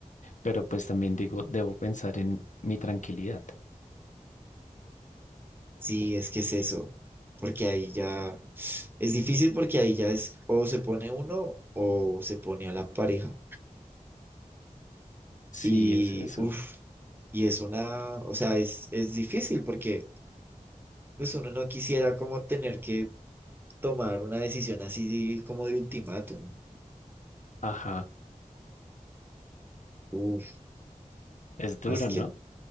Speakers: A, on the left; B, on the right.
A: Pero pues también digo, debo pensar en mi tranquilidad.
B: Sí, es que es eso, porque ahí ya es difícil porque ahí ya es o se pone uno o se pone a la pareja.
A: Sí,
B: Y
A: es eso.
B: uff, y es una, o sea, es, es difícil porque pues uno no quisiera como tener que tomar una decisión así como de ultimátum.
A: Ajá.
B: Uff,
A: Es duro,
B: pues que
A: ¿no?